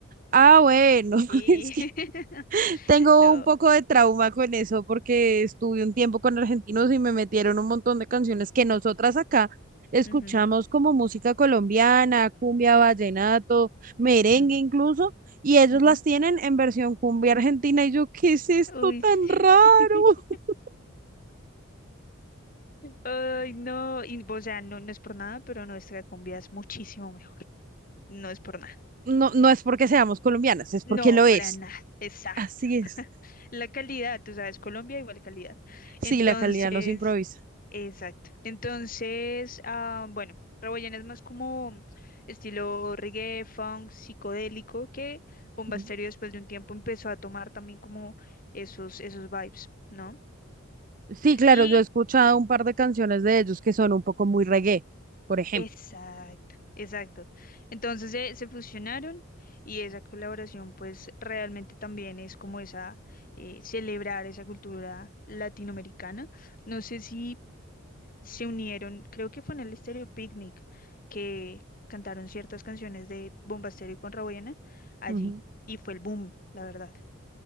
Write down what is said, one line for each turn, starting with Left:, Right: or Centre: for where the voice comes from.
Right: Ah, bueno, <laughs>
Left: Sí.
Right: es que
Left: <laughs>
Right: tengo
Left: No.
Right: un poco de trauma con eso porque estuve un tiempo con argentinos y me metieron un montón de canciones que nosotras acá escuchamos
Left: Ujú,
Right: como música colombiana, cumbia, vallenato, merengue
Left: ujú,
Right: incluso, y ellos
Left: ujú.
Right: las tienen en versión cumbia argentina y yo, ¿qué es esto
Left: Uy,
Right: tan
Left: sí.
Right: raro?
Left: <laughs>
Right: <laughs>
Left: Ay, no. Y, o sea, no, no es por nada, pero nuestra cumbia es muchísimo mejor. No es por nada.
Right: No, no es porque seamos colombianas, es
Left: No,
Right: porque lo
Left: para
Right: es.
Left: nada, exacto.
Right: Así es.
Left: La calidad, tú sabes, Colombia igual calidad.
Right: Sí,
Left: Entonces,
Right: la calidad no se improvisa.
Left: exacto. Entonces, ah, bueno, Rawayana es más como estilo reggae, funk, psicodélico, que Bomba
Right: Mm.
Left: Estéreo después de un tiempo empezó a tomar también como esos, esos vibes, ¿no?
Right: Sí, claro,
Left: Y
Right: yo he escuchado un par de canciones de ellos que son un poco muy reggae, por ejemplo.
Left: Exacto, exacto. Entonces eh, se fusionaron y esa colaboración pues realmente también es como esa, eh, celebrar esa cultura latinoamericana. No sé si se unieron, creo que fue en el Estéreo Picnic que cantaron ciertas canciones de Bomba Bombasterio y Contrabuena allí
Right: Ujú.
Left: y fue el boom, la verdad.